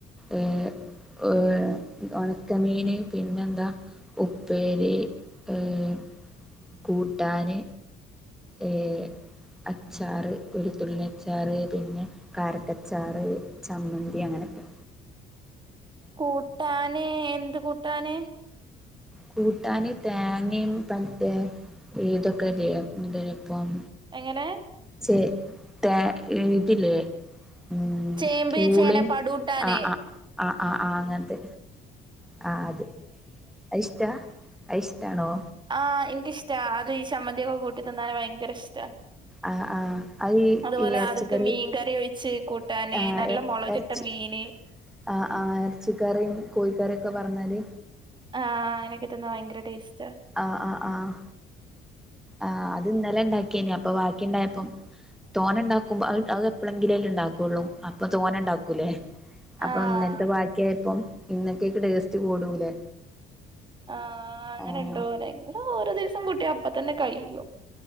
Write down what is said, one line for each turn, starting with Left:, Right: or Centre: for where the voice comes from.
Centre: ഏ ഒര് ഒണക്കമീന് പിന്നെന്താ ഉപ്പേരി ഏഹ് കൂട്ടാന് ഏഹ് അച്ചാറ് ഒരു തുള്ളിയച്ചാറ് പിന്നെ കാരക്കച്ചാറ് ചമ്മന്തി അങ്ങനൊക്കെ
Right: കൂട്ടാന് എന്ത് കൂട്ടാന്
Centre: കൂട്ടാന് തേങ്ങിം പറ്റേ ഇതൊക്കെല്ല്യെ എന്തേനിപ്പം
Right: എങ്ങനെ
Centre: ചെ തെ ഇതില്ലേ ഉം
Right: ചേമ്പ്
Centre: പൂളിം
Right: ചേന പടൂട്ടാന്
Centre: ആഹ് ആഹ് ആഹ് ആഹ് ആഹ് അങ്ങൻത്ത് ആഹ് അത് അഇഷ്റ്റാ അ ഇഷ്റ്റാണോ
Right: ആഹ് ഇൻക് ഇഷ്റ്റാ അത് ഈ ചമ്മന്തിയൊക്കെ കൂട്ടിതിന്നാന് ഭയങ്കര ഇഷ്റ്റാ
Centre: ആഹ് ആഹ് അത്
Right: അതുപോലെ
Centre: ഈ ഇറച്ചിക്കറി
Right: അത്ക്ക് മീൻകറി ഒഴിച്ച് കൂട്ടാന്
Centre: ആഹ്
Right: നല്ല മുളക്
Centre: ഇറച്ചി
Right: ട്ട മീന്
Centre: ആഹ് ആഹ് എറച്ചിക്കറിം കോഴിക്കറിം ഒക്കെ പാർന്നാല്
Right: ആഹ് അങ്ങനൊക്കെ തിന്നാ ഭയങ്കര ടേസ്റ്റാ
Centre: ആഹ് ആഹ് ആഹ് ആഹ് അത് ഇന്നലെ ഇണ്ടാക്കിയേനി അപ്പൊ വാക്കിണ്ടായപ്പം തോന ഇണ്ടാക്കുമ്പ അഅ് അഅ് എപ്പളെങ്കിലുല്ലെ ഇണ്ടാക്കൊള്ളൂ അപ്പൊ തോനണ്ടാക്കൂല്ലെ അപ്പൊ
Right: ആഹ്
Centre: ഇന്നൽത്തെ വാക്കിയാപ്പം ഇന്നക്കെക്ക് ടേസ്റ്റ് കൂടൂലേ
Right: ആഹ് അങ്ങനിണ്ടോ
Centre: ആഹ്
Right: ഞങ്ങള് ഓരോ ദിവസം കൂട്ടിയാ അപ്പ തന്നെ കയും